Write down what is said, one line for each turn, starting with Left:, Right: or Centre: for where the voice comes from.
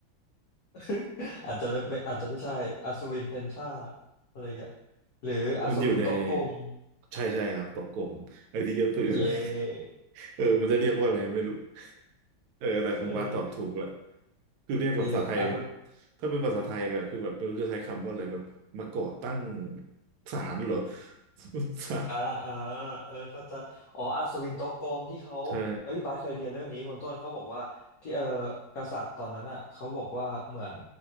Left: <laughs> อาจจะไม่ไม่อาจจะไม่ใช่อัศวินเพนทราอะไรเงี้ยหรืออัศวินโต๊ะกลม
Right: มันอยู่ในใช่ใช่ครับตกกลมไอ้ที่จะตื่อ
Left: เย
Right: <laughs>
Left: ่
Right: เออมันจะเรียกว่าอะไรไม่รู้เออแต่คุณบาสตอบถูกละ
Left: เออ
Right: คือเรียกภาษาไทย
Left: เย่อัศ
Right: ถ้าเป็นภาษาไทยอะคือแบบไม่รู้จะใช้คำว่าอะไรแบบมาก่อตั้งศาลเหรอ <laughs> ศาล
Left: อ่าอ่าเออเข้าใจอ๋ออัศวินโต๊ะกลมที่เขาเอ้ยบาสเคยเรียนเรื่องนี้คุณต้นเขาบอกว่าที่เออ
Right: ใช่
Left: กษัตริย์ตอนนั้นอ่ะเขาบอกว่าเหมือน